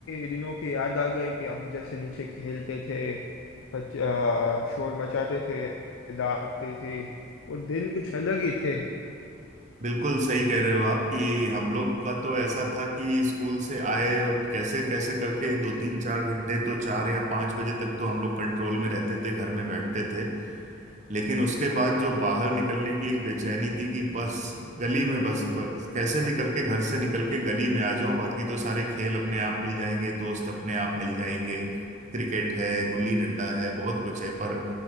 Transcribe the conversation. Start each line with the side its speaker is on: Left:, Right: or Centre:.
Left: दिनों की याद आ गई कि हम जैसे नीचे खेलते थे बच, आ, शोर मचाते थे दौड़ते थे वो दिन कुछ अलग ही थे
Right: बिल्कुल सही कह रहे हो आप कि हम लोग का तो ऐसा था कि स्कूल से आए और कैसे कैसे करके दो तीन चार घंटे तो चार या पांच बजे तक तो हम लोग कंट्रोल में रहते थे घर में बैठते थे लेकिन उसके बाद जो बाहर निकलने की एक बेचैनी थी कि बस गली में बस बस कैसे भी करके घर से निकल के गली में आ जाओ बाकी तो सारे खेल अपने आप मिल जाएंगे दोस्त अपने आप मिल जाएंगे क्रिकेट है गुल्ली डंडा है बहुत कुछ है पर